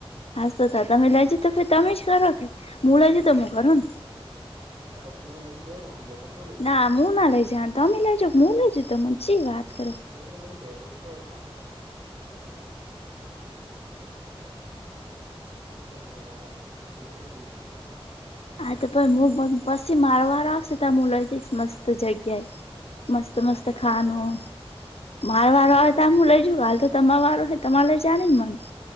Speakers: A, on the left; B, on the right.
A: હસતા તો તમે લેજો તો તમે જ કરો કે હું લેજે
B: હમ
A: તો હું કરોને.
B: હા, તો તું એ લઈ જવ હમ જગત <unintelligible> તો
A: ના હું ના લઈ જા તમે લઈ જાવ હું લઈ જઉ તમે ચી વાત કરો
B: એ લઈ જાય એવું કોઈને એમા હા <unintelligible> કેમ તું ના લઈ જાય. તું એ લઈ જઈ શકે
A: હા, તો પહી
B: તારે
A: હું પછી મારો વારો આવશે ત્યાં હું લઇ જઈશ મસ્ત જગ્યા
B: તો એમ
A: મસ્ત
B: શેનો
A: મસ્ત
B: શેનો
A: ખાવાનું.
B: વારો આવે
A: મારે વારો આવે તો હું લઈ જઉ કાલ તો તમાર વારો હો, તમારે લઈ જા ને મન.
B: હ.